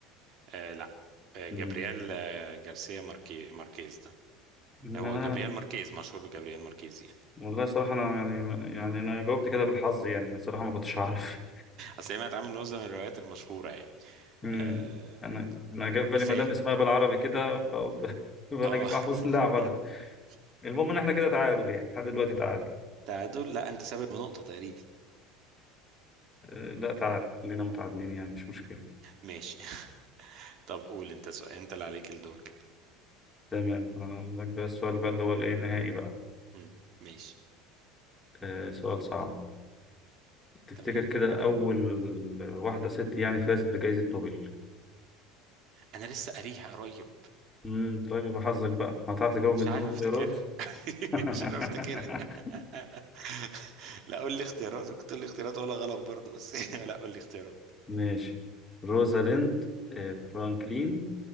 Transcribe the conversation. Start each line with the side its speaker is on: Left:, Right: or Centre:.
Right: آه لا آه
Left: مم.
Right: جابرييل آه جارسيا ماركي ماركيز ده
Left: ما
Right: هو
Left: انا
Right: جابرييل ماركيز مشهور بجابرييل ماركيز يعني
Left: والله صراحة انا يعني يعني انا جاوبت كده بالحظ يعني أنا صراحة ما كنتش اعرف
Right: اصل هي ما اتعمل من وزن من الروايات المشهوره يعني
Left: امم
Right: آه
Left: <laughs> انا انا جه في بالي
Right: بس
Left: مدام
Right: ايه
Left: اسمها بالعربي كده فقلت <laughs> يبقى
Right: اه
Left: نجيب محفوظ اللي عملها
Right: <laughs>
Left: المهم ان احنا كده تعادل يعني لحد دلوقتي تعادل
Right: تعادل لا انت سابق بنقطه تقريبا
Left: آه، لا تعادل خلينا متعادلين يعني مش مشكلة
Right: ماشي <laughs> طب قول انت سؤال انت اللي عليك الدور كده
Left: تمام اقول لك بقى السؤال بقى اللي هو الايه النهائي بقى
Right: مم. ماشي
Left: آه، سؤال صعب تفتكر
Right: تمام
Left: كده اول واحدة ست يعني فازت بجائزة نوبل
Right: انا لسه قاريها قريب
Left: امم طيب يبقى حظك بقى هتعرف تجاوب
Right: مش
Left: بدون
Right: عارف
Left: اختيارات
Right: افتكرها <laughs>
Left: <laughs>
Right: مش عارف افتكرها <laughs> لا قول لي اختيارات كنت تقول لي اختيارات ولا غلط برضه بس <laughs> لا قول لي اختيارات
Left: ماشي روزاليند آه، فرانكلين